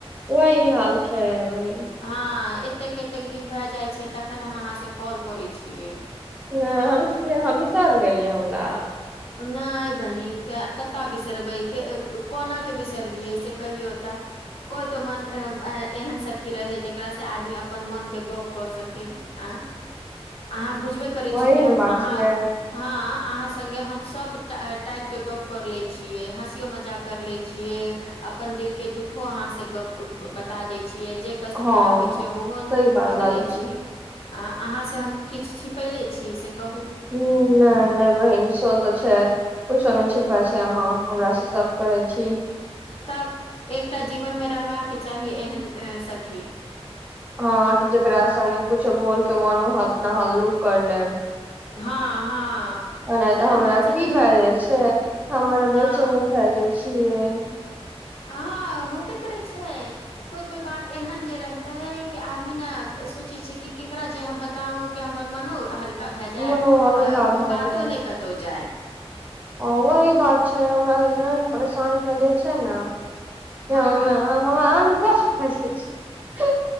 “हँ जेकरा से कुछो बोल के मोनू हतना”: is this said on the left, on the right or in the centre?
Right